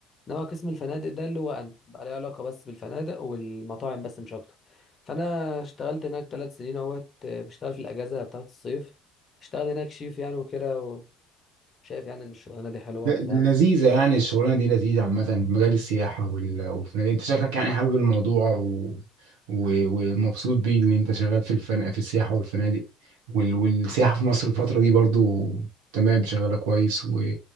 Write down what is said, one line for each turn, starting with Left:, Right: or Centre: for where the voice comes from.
Left: إنما قسم الفنادق ده اللي هو أنا بقى ليه علاقة بس بالفنادق والمطاعم بس مش أكتر فأنا اشتغلت هناك ثلاث سنين أهوت آه، بشتغل في الأجازة بتاعة الصيف اشتغل هناك شيف يعني وكده شايف يعني ان الشغلانه دي حلوه
Right: ل-
Left: وبتاع
Right: لذيذة يعني الشغلانة دي لذيذة عامة مجال السياحة وال- والفنادق انت شكلك يعني حابب الموضوع و... و... ومبسوط بيه ان انت شغال في الفن... في السياحة والفنادق وال... والسياحة في مصر الفترة دي برضو تمام شغالة كويس و...